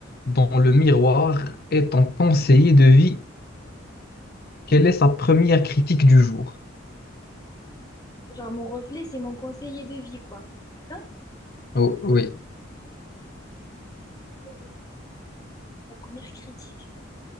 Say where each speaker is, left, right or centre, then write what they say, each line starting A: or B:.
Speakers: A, on the left (about 50°); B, on the left (about 20°).
A: dans le miroir est ton conseiller de vie. Quelle est sa première critique du jour?
B: Genre, mon reflet, c'est mon conseiller de vie, quoi. Hein
A: Oh, oui,
B: Euh, La première critique.